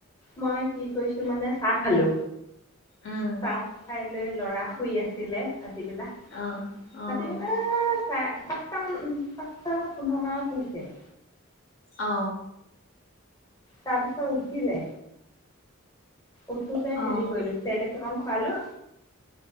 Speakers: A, on the left; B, on the left.
A: মই কি কৰিছো মানে চাহ খালো,
B: উম।
A: চাহ খাই লৈ লৰা শুই আছিলে, ভাতিবেলা
B: অ', অ',
A: ভাতিবেলা আ চাৰে - পাঁচটা মান উম পাঁচটা পোন্ধৰ মানত শুইছে।
B: অ।
A: তাৰ পিছত উঠিলে, উঠোতে
B: অ',
A: হেৰি কৰিলো চেৰেলেক্স অকণ খোৱালো,